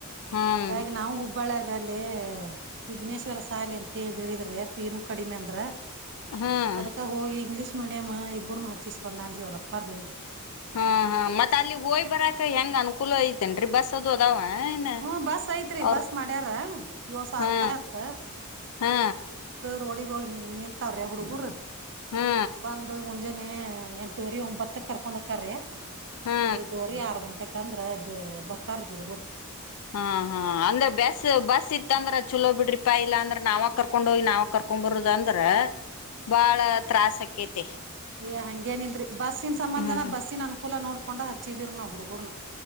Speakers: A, on the left; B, on the right.
A: ಹ್ಮ್
B: ಹಾಗಾಗಿ ನಾವು ಹುಬ್ಬಳ್ಯಗ ಈ ಅಲ್ಲಿೇ ವಿಘ್ನೇಶ್ವರ ಶಾಲೆ ಅಂತ ಹೇಳಿ ಹೇಳಿದ್ರೆ ಪಿನು ಕಡಿಮೆ ಅಂದ್ರ
A: ಹ್ಮ್
B: ಅದಕ್ಕಾಗ ಹೋಗಿ ಇಂಗ್ಲೀಷ್ ಮೀಡಿಯಂ ಇಬ್ರುನು ಹಚ್ಚಿಸಿ ಬಂದಾನ್ರಿ ಅವ್ರಪ್ಪಾ ರ
A: ಹಾ ಹಾ ಮತ್ತತ್ ಅಲ್ಲಿ ಹೋಯ್ ಬರಾಕ ಹೆಂಗ್ ಅನುಕೂಲ ಐತೆೇನ್ರಿ ಬಸ್ ಅದು ಅದಾವ ಏನ್
B: ಹ್ಮ ಬಸ್ ಐತ್ರಿ
A: ಅವ್ರ
B: ಬಸ್ ಮಾಡ್ಯಾರ ಎಳೆ ಸಾವಿರ
A: ಹಾ
B: ರೂಪಾಯಿ ಪ ಅಂತ
A: ಹಾ
B: ರೋಡಿಗ ಹೋಗಿ ನಿ ನಿಲ್ತಾರ್ರೆ ಹುಡುಗರು
A: ಹಾ
B: ಬಂದ ಹು ಜನ ಎಂಟೂವರಿ ಒಂಬತ್ತಕ್ ಕರ್ಕೊಂಡ್ ಹೋಕ್ಕಾರ್ರಿ
A: ಹಾ
B: ಐದುವರೆ ಆರು ಗಂಟೆಕ ಯಾಕಂದ್ರ ಬರ್ತಾರ ಹುಡುಗರು
A: ಹಾ ಹಾ ಅಂದ್ರೆ ಬಸ್ ಬಸ್ ಇತ್ತು ಇತ್ತಂದ್ರ ಚಲೋ ಬಿಡ್ರಿ ಪಾ ಇಲ್ಲ ಅಂದ್ರ ನಾವ ಕರ್ಕೊಂಡ್ ಹೋಗಿ ನಾವ ಕರ್ಕೊಂಡ್ ಬರದ ಅಂದ್ರ ಬಾಳ ತ್ರಾಸಸ್ ಆಕೈತಿ
B: ಏ ಹಂಗೇನ ಇಲ್ರರಿ ಬಸ್ಸಿನ ಸಂಬಂಧನ
A: ಹ್ಮ್
B: ಬಸ್ಸಿನ ಅನುಕೂಲ ನೋಡ್. ಕೊಂಡ ಹಚ್ಚಚ ತೀರ್ೋ. ಹುಡುಗರ್ನ